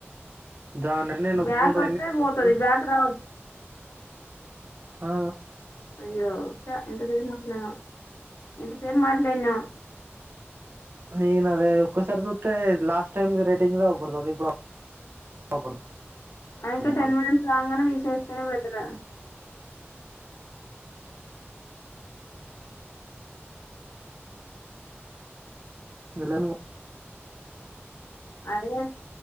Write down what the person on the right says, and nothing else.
దాన్నే నొక్కుకుంటూ
<unintelligible>
ఆ
నేను అదే ఒక్కసారి జూత్తె లాస్ట్ టైమ్ రేటింగ్ అవపడుతంది ఇప్పుడు అవుపడుతుంది
మళ్ళ
వెళనుగా